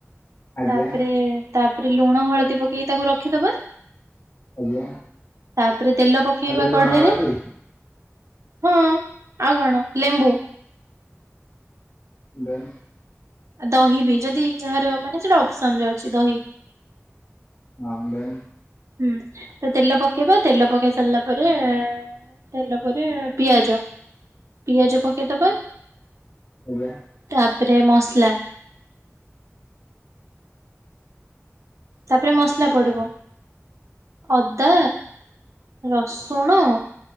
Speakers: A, on the left (about 70°); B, on the right (about 80°).
A: ଆଜ୍ଞା
B: ତାପରେ ତାପରେ ଲୁଣ ହଳଦୀ ପକେଇକି ତାକୁ ରଖିଦବା
A: ଆଜ୍ଞା।
B: ତାପରେ ତେଲ ପକେଇବା
A: ଖାଲି ଲୁଣ
B: କଢେଇ
A: ହଳଦୀ
B: ରେ। ହଁ ଆଉ କଣ ଲେମ୍ବୁ।
A: ଦେନ।
B: ଆଉ ଦହି ବି ଯଦି ଯାହାର ମାନେ ସେଟା ଅପସନ ରେ ଅଛି ଦହି।
A: ହଁ ଦେନ୍।
B: ହୁଁ ତ ତେଲ ପକେଇବା ତେଲ ପକେଇ ସାରିଲା ପରେ ତେଲ ପରେ ପିଆଜ ପିଆଜ ପକେଇଦବା।
A: ଆଜ୍ଞା
B: ତାପରେ ମସଲା ତାପରେ ମସଲା ପଡିବ ଅଦା ରସୁଣ